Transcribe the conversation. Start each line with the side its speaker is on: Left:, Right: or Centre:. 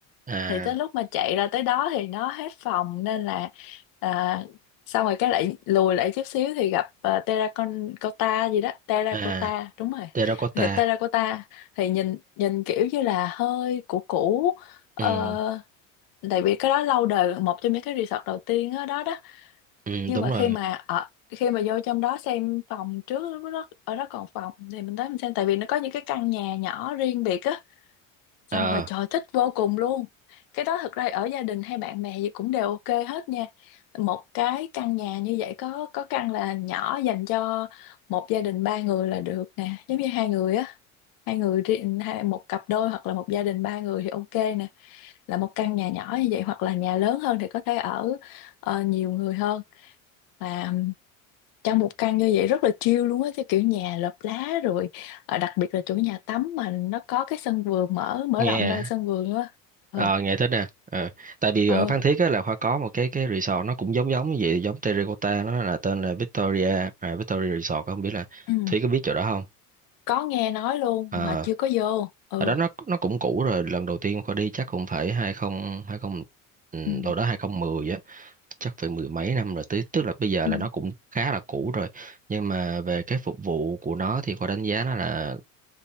Right: à
Left: thì tới lúc mà chạy ra tới đó thì nó hết phòng nên là à, xong rồi cái lại lùi lại chút xíu thì gặp à, terracotta gì đó terracotta
Right: à
Left: đúng rồi
Right: terracotta
Left: thì terracotta thì nhìn nhìn kiểu như là hơi cũ cũ ờ,
Right: ừ
Left: tại vì cái đó lâu đời là một trong những cái resort đầu tiên đó, đó đó
Right: ừ
Left: nhưng
Right: đúng
Left: mà
Right: rồi
Left: khi mà ở khi mà vô trong đó xem phòng trước lúc đó, ở đó còn phòng thì mình tới mình xem tại vì nó có những cái căn nhà nhỏ riêng biệt á xong
Right: ờ
Left: rồi trời thích vô cùng luôn cái đó thực ra ở gia đình hay bạn bè gì cũng đều ok hết nha một cái căn nhà như vậy có có căn là nhỏ dành cho một gia đình ba người là được nè giống như hai người á hai người riêng hai một cặp đôi hoặc là một gia đình ba người thì ok nè là một căn nhà nhỏ như vậy hoặc là nhà lớn hơn thì có thể ở ờ, nhiều người hơn và trong một căn như vậy rất là chill luôn á cái kiểu nhà lợp lá rồi à, đặc biệt là chỗ nhà tắm mà nó có cái sân vườn mở mở
Right: nghe
Left: rộng ra sân vườn á
Right: ờ
Left: ừ
Right: nghe thích nè ờ tại vì ở
Left: ừ
Right: Phan Thiết á là khoa có một cái cái resort nó cũng giống giống như vậy giống terracotta nó là tên là Victoria à, Victoria Resort không biết là
Left: ừ
Right: Thúy có biết chỗ đó không
Left: có nghe nói luôn
Right: ờ
Left: mà chưa có vô ừ
Right: ở đó nó nó cũng cũ rồi lần đầu tiên Khoa đi chắc cũng phải hai không hai không ừ,
Left: ừ
Right: đâu đó hai không mười chắc phải mười mấy năm rồi tức tức là bây giờ
Left: ừ
Right: là nó cũng khá là cũ rồi nhưng mà về cái phục vụ của nó thì Khoa đánh giá nó là